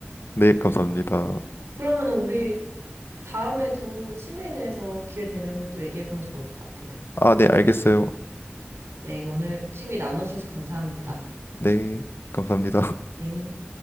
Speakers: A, on the left (about 65°); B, on the right (about 80°).
A: 네, 감사합니다.
B: 그러면 우리 다음에도 취미에 대해서 기회 되면 또 얘기해보면 좋을 것 같아요.
A: 아, 네, 알겠어요.
B: 네, 오늘 취미 나눠주셔서 감사합니다.
A: 네. 감사합니다.
B: 네.